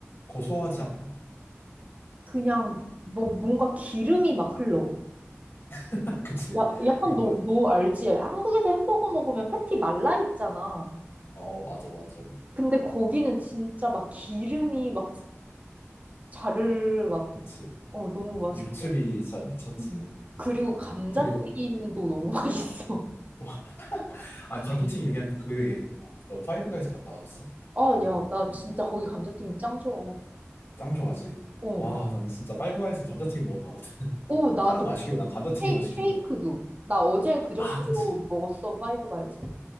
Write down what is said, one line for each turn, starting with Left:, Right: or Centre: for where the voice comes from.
Left: 고소하지 않아?
Right: 그냥, 뭐, 뭔가 기름이 막 흘러.
Left: <laughs> 그치.
Right: 야, 약간
Left: 그, 뭐,
Right: 너,
Left: 이렇게-
Right: 너 알지? 한국에서 햄버거 먹으면 패티 말라 있잖아.
Left: 어, 맞아, 맞아.
Right: 근데 거기는 진짜 막 기름이 막 자르르 막,
Left: 그치.
Right: 어, 너무 맛있고.
Left: 육즙이 진짜 미쳤지.
Right: 응. 그리고 감자튀김도
Left: 그리고,
Right: 너무 <laughs> 맛있어.
Left: <laughs> 아, 감자튀김 얘기하니까 그거 얘기해야 되겠다. 너 파이브 가이즈 갔다 왔어?
Right: 아, 야, 나 진짜 거기 감자튀김 짱 좋아해.
Left: 짱 좋아하지.
Right: 어.
Left: 와, 나는 진짜 파이브가이즈 감자튀김 먹으러 가거든. <laughs>
Right: 오, 나도
Left: 다른 거 안 시키고 난 감자튀김만
Right: 헤이,
Left: 시키고
Right: 쉐이크도.
Left: 막.
Right: 나 어제 그저께도
Left: 아, 그치.
Right: 먹었어, 파이브가이즈.